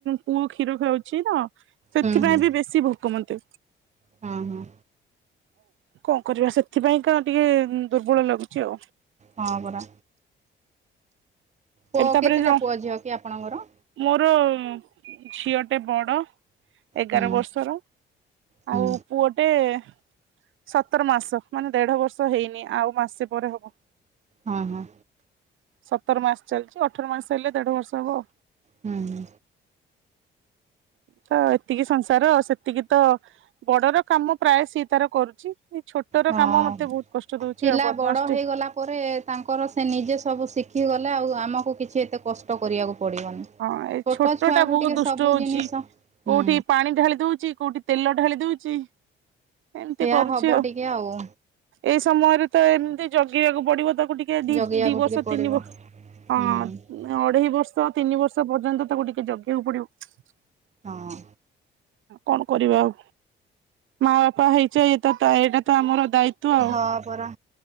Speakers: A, on the right; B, on the right.
A: ପୁଅ କ୍ଷୀର ଖାଉଛି ତ ସେଥିପାଇଁ
B: ହୁଁ ହୁଁ
A: ବି ବେଶୀ ଭୋକମତେ।
B: ହଁ ହଁ।
A: କଣ କରିବା ସେଥିପାଇଁ କା ଟିକେ ଦୁର୍ବଳ ଲାଗୁଛି ଆଉ।
B: ହଁ ପରା ପୁଅ
A: ଏବେ ତାପରେ
B: କେତେଟା
A: ଯୋଉ
B: ପୁଅ ଝିଅ କି ଆପଣଙ୍କର?
A: ମୋର ଝିଅ ଟେ ବଡ। ଏଗାର
B: ହୁଁ
A: ବର୍ଷର
B: ହୁଁ
A: ଆଉ ପୁଅଟେ-ଏ-ଏ <unintelligible> ସତର ମାସ ମାନେ ଦେଢ ବର୍ଷ ହେଇନି ଆଉ ମାସେ ପରେ ହବ।
B: ହଁ ହଁ।
A: ସତର ମାସ ଚାଲିଛି ଅଠର ମାସ ଚାଲିଲେ ଦେଢ ବର୍ଷ ହବ ଆଉ।
B: ହୁଁ ହୁଁ
A: ତ ଏତିକି ସଂସାର ସେତିକି ତ ବଡର କାମ ପ୍ରାୟ ସିଏ ତାର କରୁଛି। ଛୋଟର
B: ହଁ
A: କାମ ମତେ ବହୁତ କଷ୍ଟ ଦଉଛି
B: ପିଲା
A: ଆଉ ବଦମାସଟେ।
B: ବଡ ହେଇଗଲା ପରେ ତାଙ୍କର ସେ ନିଜେ ସବୁ ଶି ଶଖି ଗଲେ ଆଉ ଆମକୁ କିଛି ଏତେ କଷ୍ଟ କରିବାକୁ ପଡ଼ିବନି
A: ହଁ ଏ ଛୋଟ
B: ଛୁଆକୁ
A: ଟା ବହୁତ
B: ଟିକେ
A: ଦୁଷ୍ଟ
B: ସବୁ
A: ହଉଛି
B: ଜିନିଷ ହୁଁ
A: କୋଉଠି ପାଣି ଢାଳି ଦଉଛି କୋଉଠି ତେଲ ଢାଳି ଦଉଛି। ଏମିତି
B: ସେଇୟା
A: କରୁଛି
B: ହବ ଟିକେ ଆଉ।
A: ଏଇ ସମୟରେ ତ ଏମିତି ଜଗିବାକୁ ପଡିବ ତାକୁ ଟିକେ ଦି
B: ଜଗିବାକୁ
A: ଦି ବର୍ଷ
B: ଟିକେ ପଡ଼ିବ
A: ତିନି ବର୍ଷ
B: ହୁଁ
A: ହଁ ଅଢେଇ ବର୍ଷ ପର୍ଯ୍ୟନ୍ତ ତାକୁ ଟିକେ ଜଗିବାକୁ ପଡିବ।
B: ହଁ।
A: କଣ କରିବା ଆଉ ମା ବାପା ହେଇଛ ଏ ତ ଏଇଟା ତ ଆମର ଦାୟିତ୍ଵ ଆଉ।
B: ହଁ ପରା